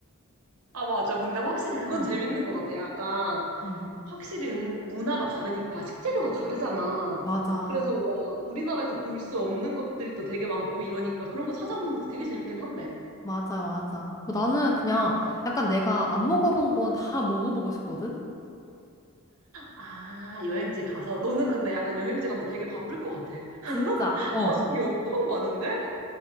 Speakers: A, on the right; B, on the left.
A: 아, 맞아. 근데 확실히 그건
B: 응,
A: 재밌는 것 같아. 약간
B: 응.
A: 확실히 음, 문화가 다르니까 식재료가 다르잖아.
B: 맞아.
A: 그래서 막 우리나라에서 볼 수 없는 것들도 되게 많고 이러니까 그런 거 찾아보는 것도 되게 재밌긴 한데.
B: 맞아, 맞아. 뭐 나는 그냥 약간 내가 안 먹어본 건 다 먹어보고 싶거든?
A: 아, 여행지
B: 어.
A: 가서. 너는
B: 어.
A: 근데 약간 여행지 가면 되게 바쁠 것 같아. <laughs>
B: 진짜. 어.
A: 하고 싶은 게 엄청 많은데?